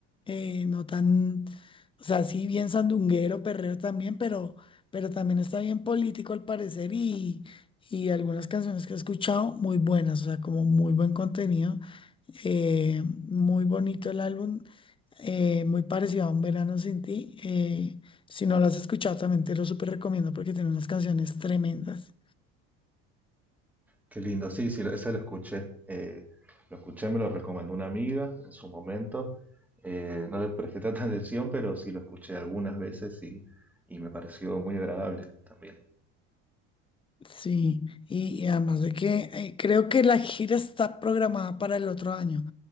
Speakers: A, on the left; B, in the centre.
A: eh, no tan, o sea, sí bien sandunguero, perreo también, pero, pero también está bien político al parecer y, y algunas canciones que he escuchado muy buenas, o sea, como muy buen contenido, eh, muy bonito el álbum. eh, muy parecido a Un Verano Sin Ti. eh, si no lo has escuchado, también te lo súper recomiendo porque tiene unas canciones tremendas.
B: Qué lindo, sí, sí, ese lo escuché. eh, lo escuché, me lo recomendó una amiga en su momento. eh, no le presté tanta atención, pero sí lo escuché algunas veces y, y me pareció muy agradable también.
A: Sí, y, y además de que eh, creo que la gira está programada para el otro año,